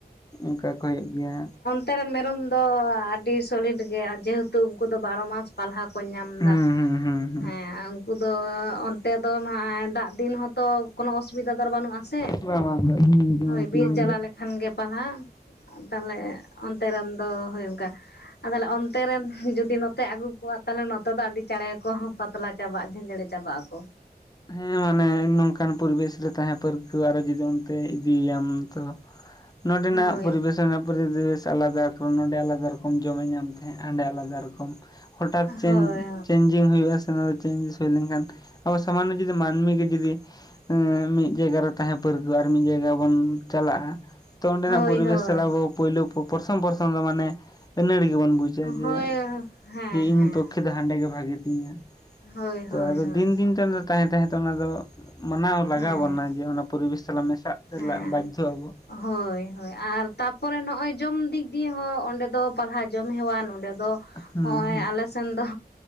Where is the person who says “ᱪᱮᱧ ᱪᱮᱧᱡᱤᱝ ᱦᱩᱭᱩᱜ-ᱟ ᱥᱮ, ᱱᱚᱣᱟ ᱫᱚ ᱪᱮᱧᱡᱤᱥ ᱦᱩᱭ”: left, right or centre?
Left